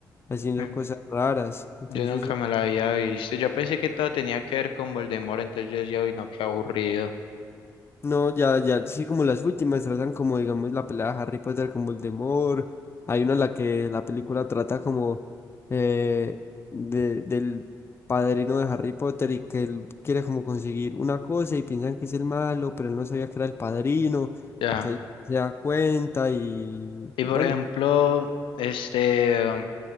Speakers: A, on the left; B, on the left.
A: haciendo
B: Mm,
A: cosas raras. Entonces,
B: Yo nunca me la había visto. Yo pensé que todo tenía que ver con Voldemort, entonces yo decía, uy, no, qué aburrido.
A: no, ya, ya, sí, como las últimas tratan como, digamos, la pelea de Harry Potter con Voldemort. Hay una en la que la película trata como eh, de, del padrino de Harry Potter y que él quiere como conseguir una cosa y piensan que es el malo, pero él no sabía que era el padrino.
B: Ya.
A: Entonces se da cuenta y
B: Y
A: bueno.
B: por ejemplo, este, um,